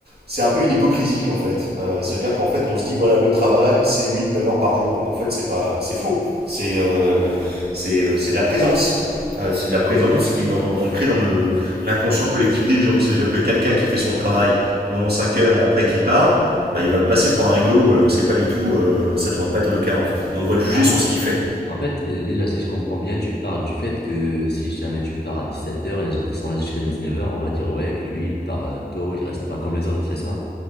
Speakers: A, on the right; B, on the left.
A: c'est un peu une hypocrisie en fait. Euh, ça veut dire qu'en fait on se dit voilà le travail c'est huit neuf heures par jour. Mais en fait c'est pas c'est faux. C'est euh, c'est euh, c'est de la présence. Euh, c'est de la présence qui est dans, ancrée dans le l'inconscient collectif des gens. Ça veut dire que quelqu'un qui fait son travail pendant 5 heures et après qui part, bah, il va passer pour un rigolo alors que c'est pas du tout euh, ça devrait pas être le cas en fait. On devrait le juger
B: Ah,
A: sur ce qu'il fait.
B: en fait, euh, déjà, si je comprends bien, tu parles du fait que si jamais tu pars à dix-sept heures et les autres sont là jusqu'à dix-neuf heures, on va dire, ouais, que lui, il part euh, tôt, il reste pas comme les autres, c'est ça?